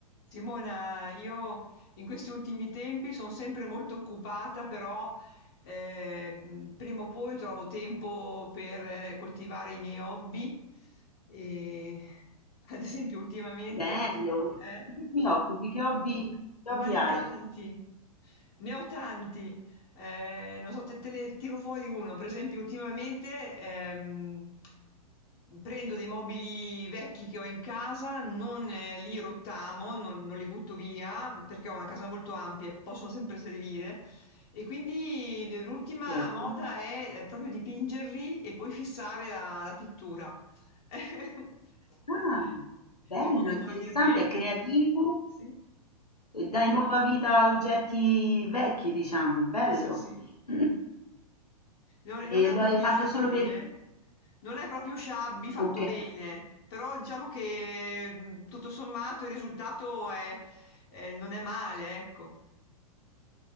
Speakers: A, on the left; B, on the left.
A: Simona, io in questi ultimi tempi sono sempre molto occupata, però eh, mh, prima o poi trovo tempo per eh, coltivare i miei hobby. E, <laughs> ad esempio, ultimamente,
B: Bello!
A: eh?
B: Di che ti occupi? Che hobby, che
A: Ma
B: hobby
A: ne
B: hai?
A: ho tanti, ne ho tanti. Eh, non so, te, te ne tiro fuori uno. Per esempio, ultimamente ehm, prendo dei mobili vecchi che ho in casa, non eh, li rottamo, non, non li butto via, perché ho una casa molto ampia e possono sempre servire. E quindi de- l'ultima
B: Certo.
A: moda è eh, proprio dipingerli e poi fissare la, la pittura. <laughs>
B: Ah, bello,
A: E possono
B: interessante,
A: venire bene.
B: è creativo
A: Sì.
B: e dai nuova vita a oggetti vecchi, diciamo, bello.
A: Sì, sì.
B: <clears throat>
A: Non non
B: E
A: è
B: lo
A: proprio
B: hai fatto
A: sciabbi,
B: solo per...
A: eh. Non è proprio sciabbi fatto
B: Ok,
A: bene, però diciamo che mh, tutto sommato il risultato è- è- non è male, ecco.